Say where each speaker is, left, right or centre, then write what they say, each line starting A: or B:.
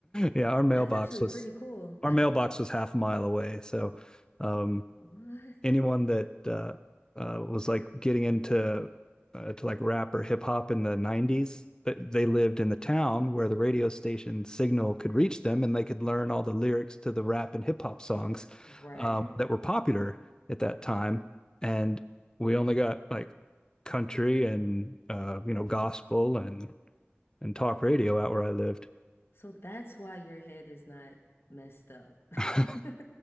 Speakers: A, on the left (about 15°); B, on the left (about 60°).
A: Yeah, our mailbox
B: That's actually
A: was
B: pretty cool.
A: our mailbox was half a mile away. So um,
B: <laughs> What?
A: anyone that uh, uh, was like getting into uh, to like rap or hip hop in the 90s, they lived in the town where the radio station signal could reach them and they could learn all the lyrics to the rap and hip hop songs
B: Right.
A: um, that were popular at that time. And we only got like country and uh, you know gospel and and talk radio out where I lived.
B: So that's why your head is not messed up.
A: <laughs>
B: <laughs>